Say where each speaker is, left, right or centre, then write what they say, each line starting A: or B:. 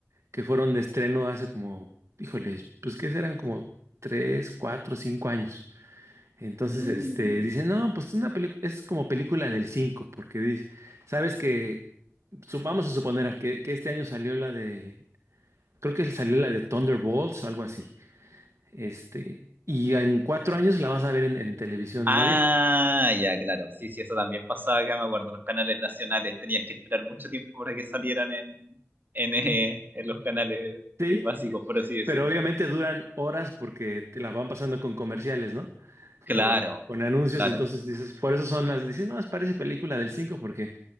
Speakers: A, on the right; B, on the right.
A: que fueron de estreno hace como, híjole, pues que serán como 3, 4, 5 años. Entonces,
B: Mm.
A: este, dicen, no, pues una película, es como película del 5 porque dice, sabes que, su- vamos a suponer que, que este año salió la de, creo que salió la de Thunderbolts o algo así. Este, y en cuatro años la vas a ver en en televisión
B: Ah,
A: abierta.
B: ya, claro. Sí, sí, eso también pasaba acá, me acuerdo. Los canales nacionales tenías que esperar mucho tiempo para que salieran en, en, eh, en los canales
A: Sí,
B: eh, básicos, por así decirlo.
A: Pero obviamente duran horas porque te la van pasando con comerciales, ¿no?
B: Claro,
A: Eh, con anuncios,
B: claro,
A: entonces dices, por eso son las, dices, no, es parece película del 5 porque